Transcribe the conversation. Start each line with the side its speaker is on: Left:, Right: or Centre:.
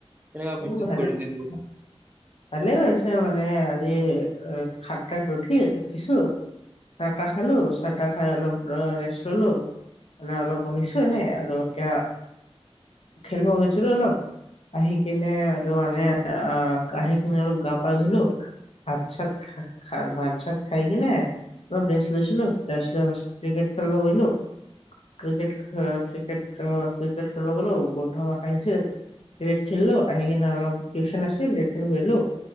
Right: কেনেকোৱা
Left: মোৰ
Right: বিত্যুত
Left: ভালে
Right: কৰিলে দিনবোৰ?
Left: <inaudible> ভালে গৈছে মানে আজি এ সাতটাত উঠি, উঠিছোঁ চাহ তাহ খালোঁ, চাহ তাহ খাই অলপ ৰেষ্ট ললোঁ। মানে অলপ বহিছোঁ এনে আৰু এতিয়া খেলিব গৈছিলোঁ অলপ আহি কিনে আৰু মানে আহ আহি কিনে অলপ গা পা ধুলোঁ। ভাত চাত খা-খা ভাত চাত খাই কিনে অলপ ৰেষ্ট লৈছিলোঁ, ৰেষ্ট লোৱা পিছত ক্ৰিকেট খেলিব গলোঁ। ক্ৰিকেট অ, ক্ৰিকেট অ, ক্ৰিকেট খেলিব গ'লোঁ। বন্ধু মখা আহিছিল, ক্ৰিকট খেলিলোঁ, আহি কিনে অলপ টিউশ্যন আছিল, টিউশ্যন গলোঁ।